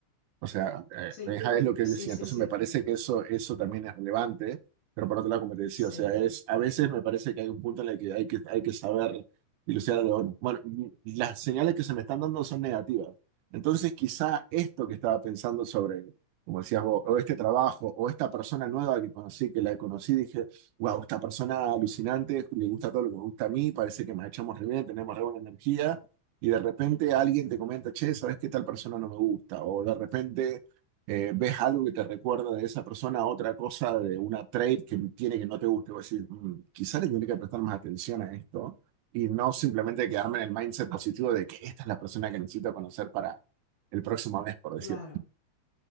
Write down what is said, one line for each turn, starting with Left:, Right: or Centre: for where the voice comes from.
Right: O sea, eh,
Left: sí,
Right: es lo que
Left: sí,
Right: él decía.
Left: sí,
Right: Entonces
Left: sí,
Right: me parece que eso, eso también es relevante, pero por otro lado, como te decía,
Left: sí,
Right: o sea, es, a veces me parece que hay un punto en el que hay que, hay que saber dilucidar. de, Bueno, bueno, las señales que se me están dando son negativas. Entonces quizá esto que estaba pensando sobre, como decías vos, o este trabajo, o esta persona nueva que conocí, que la conocí, dije, wow, esta persona alucinante, le gusta todo lo que me gusta a mí, parece que nos echamos re bien, tenemos re buena energía y de repente alguien te comenta, che, ¿sabes qué tal persona no me gusta? O de repente eh, ves algo que te recuerda de esa persona, otra cosa de una trait que tiene que no te guste. O decir, "Mm, quizá le tendría que prestar más atención a esto y no simplemente quedarme en el mindset positivo de que esta es la persona que necesito conocer para el próximo mes, por decir.
Left: claro.